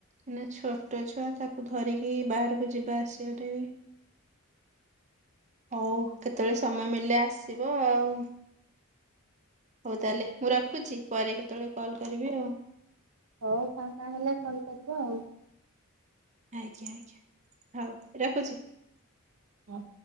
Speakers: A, on the right (about 35°); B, on the right (about 85°).
A: ଏନାଁ ଛୋଟ ଛୁଆ ତାକୁ ଧରିକି ବାହାରୁକୁ ଯିବା ଆସିବାଟା ବି ହଉ କେତୋଳେ ସମୟ ମିଳିଲେ ଆସିବ ଆଉ। ହୋଉ ତାହେଲେ ମୁଁ ରଖୁଚି ପରେ କେତୋଳେ କଲ୍ କରିବି ଆଉ।
B: ହଉ ଫାଙ୍କା ହେଲେ କଲ୍ କରିବା ଆଉ।
A: ଆଜ୍ଞା ଆଜ୍ଞା ହଉ ରଖୁଚି।
B: ହଁ।